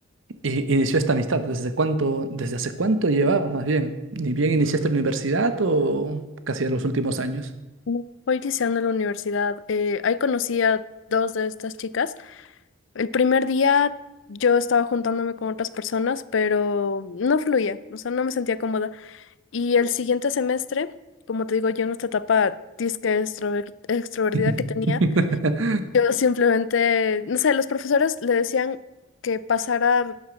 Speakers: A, on the right (about 70°); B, on the left (about 65°).
A: Y inició esta amistad. ¿Desde cuánto, desde hace cuánto llevabas más bien? ¿Ni bien iniciaste la universidad o casi de los últimos años?
B: ujú. Hoy iniciando la universidad, eh, ahí conocí a dos de estas chicas El primer día yo estaba juntándome con otras personas, pero no fluía, o sea, no me sentía cómoda. Y el siguiente semestre, como te digo, yo en esta etapa disque extrover- extrovertida
A: <laughs>
B: que tenía, yo simplemente, no sé, los profesores le decían que pasara,